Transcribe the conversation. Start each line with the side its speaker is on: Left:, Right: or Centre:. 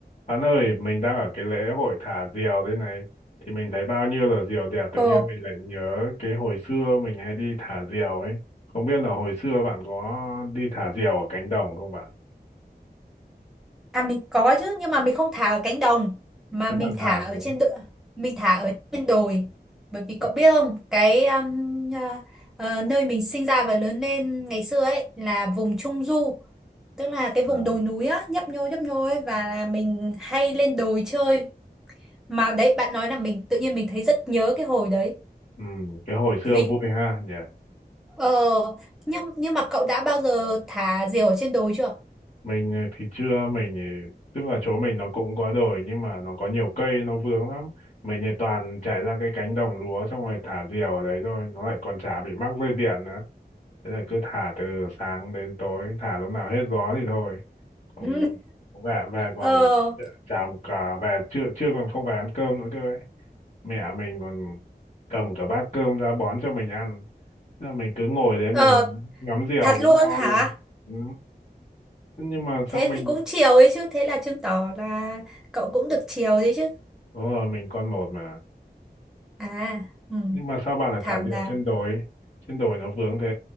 Left: Bạn ơi, mình đang ở cái lễ hội thả diều thế này. Thì mình thấy bao nhiêu là diều đẹp,
Centre: Ồ,
Left: tự nhiên mình lại nhớ cái hồi xưa mình hay đi thả diều ấy. Không biết là hồi xưa bạn có đi thả diều ở cánh đồng không bạn?
Centre: à mình có chứ nhưng mà mình không thả ở cánh đồng mà
Left: Nếu
Centre: mình
Left: bạn thả
Centre: thả ở
Left: rồi.
Centre: trên đ- mình thả ở trên đồi bởi vì
Left: Dạ.
Centre: cậu biết không cái um, à, ờ, nơi mình sinh ra và lớn lên ngày xưa ấy là vùng trung du tức là cái
Left: À,
Centre: vùng đồi núi á nhấp nhô nhấp nhô ấy và là mình hay lên đồi chơi mà đấy bạn nói là mình tự nhiên mình thấy rất nhớ cái hồi đấy
Left: Ừ, cái hồi xưa
Centre: vì
Left: vui ha nhỉ.
Centre: ờ nhưng nhưng mà cậu đã bao giờ thả diều ở trên đồi chưa?
Left: mình ờ, thì chưa mình ờ, tức là chỗ mình nó cũng có đồi nhưng mà nó có nhiều cây nó vướng lắm mình thì toàn chạy ra cái cánh đồng lúa xong rồi thả diều ở đấy thôi nó lại còn chả bị mắc dây điện nữa thế là cứ thả từ sáng đến tối thả lúc nào hết gió thì thôi còn
Centre: <laughs>
Left: về về còn
Centre: Ừ. ờ
Left: chả cả về chưa chưa còn không về ăn cơm nữa cơ ấy mẹ mình còn cầm cả bát cơm ra bón cho mình ăn Thế là mình cứ ngồi đấy mình
Centre: ừ.
Left: ngắm diều
Centre: Thật luôn
Left: cũng ngon
Centre: hả?
Left: luôn ừ nhưng mà
Centre: Thế
Left: sao mình
Centre: thì cũng chiều ấy chứ. Thế là chứng tỏ là cậu cũng được chiều đấy chứ.
Left: đúng rồi mình con một mà
Centre: À, ừ,
Left: nhưng mà sao bạn lại
Centre: thảo
Left: thả diều
Centre: nào.
Left: trên đồi trên đồi nó vướng thế